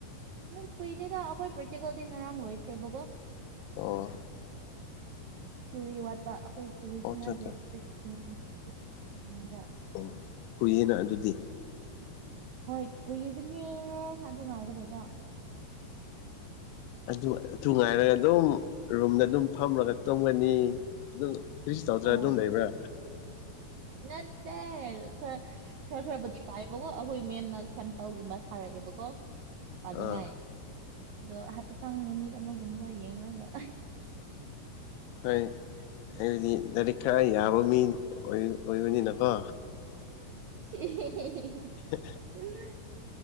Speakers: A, on the right; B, on the left.
A: ꯅ ꯀꯨꯏꯗꯦꯗ ꯑꯈꯣꯏ ꯄ꯭ꯔꯦꯛꯇꯤꯀꯜꯗꯤ ꯅꯔꯥꯡ ꯂꯣꯏꯈ꯭ꯔꯦꯕꯒꯣ
B: ꯑꯣ
A: ꯊꯤꯎꯔꯤ ꯋꯥꯠꯄ ꯑꯈꯣꯏ ꯊꯤꯎꯔꯤꯁꯤꯅ
B: ꯑꯣ ꯑꯠꯆꯥ ꯑꯠꯆꯥ
A: ꯗꯦꯠ ꯐꯤꯐꯇꯤꯟ ꯐꯤꯐꯇꯤ ꯗ
B: ꯑꯣ ꯀꯨꯏꯌꯦꯅ ꯑꯗꯨꯗꯤ
A: ꯍꯣꯏ ꯀꯨꯏꯕꯅꯦ ꯑꯗꯨ ꯉꯥꯏꯒꯗꯣꯕ
B: ꯑꯗꯨ ꯑꯊꯨ ꯉꯥꯏꯔꯒ ꯑꯗꯨꯝ ꯔꯨꯝꯗ ꯑꯗꯨꯝ ꯐꯝꯔꯒ ꯇꯨꯝꯒꯅꯤ ꯑꯗꯨꯝ ꯀ꯭ꯔꯤꯁ ꯇꯧꯗ꯭ꯔꯥ
A: ꯑ
B: ꯑꯗꯨꯝ ꯂꯩꯕ꯭ꯔꯥ
A: ꯅꯠꯇꯦ ꯈꯔ ꯈꯔ ꯈꯔꯕꯨꯗꯤ ꯄꯥꯏꯌꯦꯕꯒꯣ ꯑꯈꯣꯏ ꯃꯦꯝꯅ ꯁꯦꯝꯄꯜꯒꯨꯝꯕ ꯊꯥꯔꯛꯑꯦꯕꯀꯣ ꯄꯥꯅꯤꯡꯉꯥꯏ
B: ꯑꯥ
A: ꯑꯗꯣ ꯍꯥꯏꯐꯦꯠꯇꯥꯡ ꯅꯨꯃꯤꯠ ꯑꯃꯒꯨꯝꯕ ꯌꯦꯡꯔꯒ
B: ꯍꯣꯏ ꯑꯩꯕꯗꯤ ꯂꯥꯏꯔꯤꯛ ꯈꯔ ꯌꯥꯕ ꯃꯤ ꯑꯣꯏ ꯑꯣꯏꯕꯅꯤꯅꯀꯣ
A: <inaudible>
B: <inaudible>
A: <inaudible>